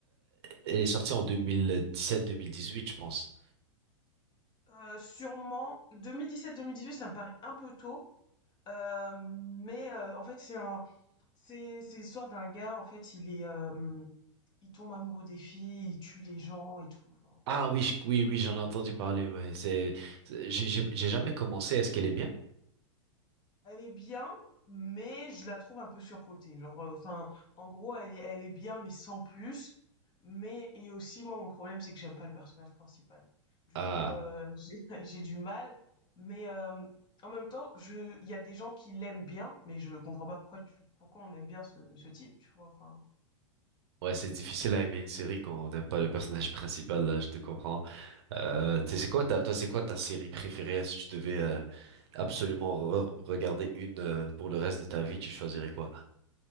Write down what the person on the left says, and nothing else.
Euh, sûrement 2017-2018, ça me paraît un peu tôt, euh, mais euh, en fait c'est un, c'est c'est l'histoire d'un gars en fait il est, euh, il tombe amoureux des filles, il tue les gens et tout. Enfin, voilà.
Elle est bien, mais je la trouve un peu surcotée. Genre, euh, enfin, en gros, elle est elle est bien, mais sans plus. Mais et aussi, moi, mon problème, c'est que j'aime pas le personnage principal. Du
coup, heu, j'ai <laughs> j'ai du mal, mais hem, en même temps, je il y a des gens qui l'aiment bien, mais je comprends pas pourquoi tu pourquoi on aime bien ce ce type, tu vois? Enfin